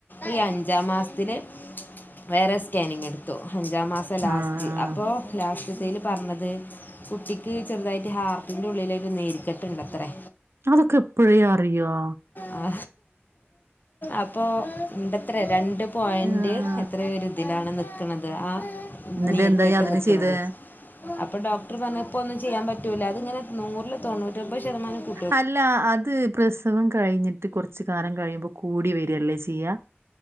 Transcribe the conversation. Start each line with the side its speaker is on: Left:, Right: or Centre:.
Left: ഈ അഞ്ചാം മാസ്ത്തില്
Right: <inaudible>
Left: വേറെ സ്കേനിങ് എടുത്തു അഞ്ചാം മാസം ലാസ്റ്റ്
Right: ആഹ് ആഹ് ആഹ്
Left: അപ്പോ ലാസ്റ്റ് തേയ്ല് പർണത് കുട്ടിക്ക് ചെറുതായിട്ട് ഹാർട്ടിന്റെ ഉള്ളിലേക്ക് നീരിക്കെട്ട്ണ്ടത്രേ.
Right: അതൊക്കെ പ്പ്ളെ അറിയോ?
Left: ആ അപ്പൊ ണ്ടത്രെ രണ്ടും പോയന്റ്
Right: ആഹ്
Left: എത്രയൊരിതിലാണ് നിക്ക്ണത് ആ
Right: എന്നിട്ട്
Left: നീർക്കെട്ട്
Right: എന്താ ഇയ്യ് അതിന്
Left: നിക്ക്ണത്.
Right: ചെയ്തേ
Left: പ്പോ ഡോക്ടർ പർണെഹ് പ്പോ ഒന്നും ചെയ്യാ പറ്റൂലാ അതിങ്ങനെ നൂർള്ള് തൊണൂറ്റമ്പഹ് ശതമാനം കു
Right: അല്ല അത് പ്രസവം കഴിഞ്ഞിട്ട് കൊർച്ച് കാലം കഴിയുമ്പോ കൂടി വെരല്ലേ ചെയ്യാ? <inaudible>